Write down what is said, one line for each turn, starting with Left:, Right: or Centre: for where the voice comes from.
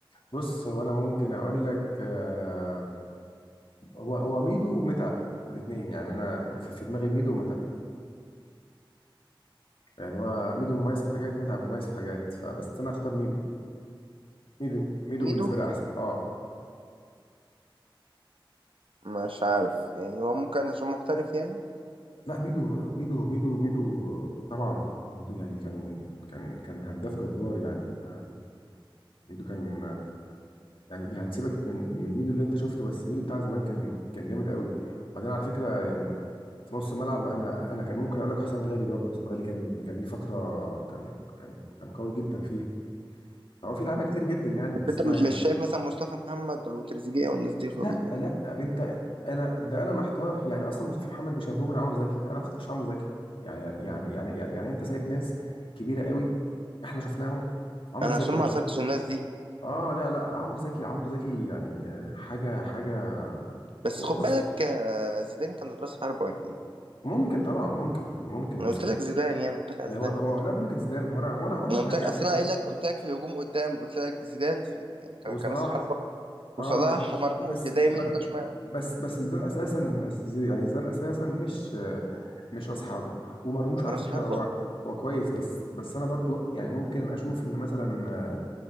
Left: بص هو انا ممكن اقول لك آه، هو هو ميدو ومتعب الاثنين يعني انا في في دماغي ميدو ومتعب يعني هو ميدو مميز في حاجات ومتعب مميز في حاجات فبس انا اختار ميدو ميدو ميدو
Right: <laughs> ميدو
Left: بالنسبه لي احسن اه
Right: مش عارف يعني هو ممكن عشان محترف يعني
Left: لا ميدو ميدو ميدو ميدو طبعا ميدو يعني كان كان كان هداف جبار يعني آه، ميدو كان يعني يعني سيبك من من ميدو اللي انت شفته بس ميدو بتاع زمان كان كان جامد قوي وبعدين على فكره يعني في نص الملعب انا انا كان ممكن اقول لك حسام غالي برضه حسام غالي كان كان ليه فتره كان كان كان قوي جدا فيها فهو في لعيبه كتير جدا يعني
Right: بس
Left: بس
Right: أنت
Left: انا
Right: مش
Left: يعني
Right: شايف مثلا مصطفى محمد أو تريزيجيه أو الناس دي
Left: لا
Right: خالص بقى
Left: لا انت انا ده انا محتار يعني اصلا مصطفى محمد بيشبهه من عمرو زكي انا ما اخترتش عمرو زكي يعني يعني يعني يعني انت سايب ناس كبيره قوي احنا شفناهم عمرو
Right: أنا
Left: زكي
Right: عشان ما عصرتش الناس دي
Left: اه لا لا عمرو زكي عمرو زكي يعني آه، حاجه حاجه
Right: بس
Left: فوق
Right: خد
Left: الوصف
Right: بالك آه، زيدان كان رأس حربة يعني
Left: ممكن طبعا ممكن ممكن
Right: أنا
Left: بس
Right: قلت لك زيدان يعني قلت لك على
Left: يعني
Right: زيدان
Left: هو هو لا ممكن زيدان هو انا هو انا هو انا
Right: انا قلت
Left: هبي
Right: لك اصل
Left: عندك
Right: انا
Left: كده
Right: قايل لك قلت لك في الهجوم قدام قلت لك زيدان في ال- يعني ك-
Left: وصلاح
Right: كراس حربة وصلاح
Left: اه
Right: ومرموش
Left: بس
Right: ده
Left: ب-
Right: يمين وده شمال
Left: بس بس زيدان اساسا أس- يعني زيدان اساسا مش آه، مش راس حربه ومرموش على
Right: راس
Left: فكره
Right: حربة
Left: هو هو كويس بس بس انا برضو يعني ممكن اشوف ان مثلا آه،